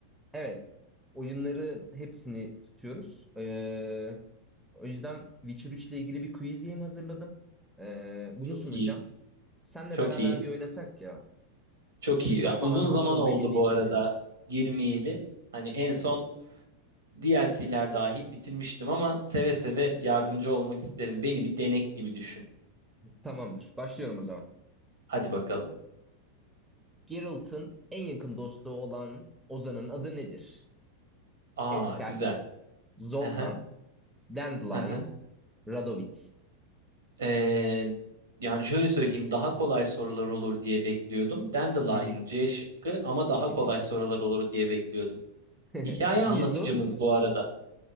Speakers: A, in the centre; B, on the right.
A: evet oyunların hepsini tutuyoruz. E, o yüzden Witcher üç ile ilgili bir quiz game hazırladım. E, bunu
B: Çok
A: sunacağım.
B: iyi.
A: Senle
B: Çok
A: beraber
B: iyi.
A: bir oynasak ya.
B: Çok
A: Şıklar
B: iyi. Ya, uzun
A: falan
B: zaman
A: nasıl oldu
B: oldu
A: emin değilim
B: bu arada
A: çünkü.
B: girmeyeli. Hani en son
A: Hı hı.
B: DLC'ler dahil bitirmiştim ama seve seve yardımcı olmak isterim. Beni bir denek gibi düşün.
A: Tamamdır. Başlıyorum o zaman.
B: Hadi bakalım.
A: Geralt'ın en yakın dostu olan Ozan'ın adı nedir?
B: Aa,
A: Eskel,
B: güzel.
A: Zoltan,
B: Hı hı.
A: Dandelion,
B: hı hı.
A: Radovid.
B: Ee, yani şöyle söyleyeyim daha kolay sorular olur diye bekliyordum. Dandelion
A: Hı hı,
B: C şıkkı ama daha
A: hı
B: kolay
A: hı.
B: sorular olur diye bekliyordum.
A: <laughs>
B: Hikaye
A: Niye
B: anlatıcımız
A: sormuyorsun?
B: bu arada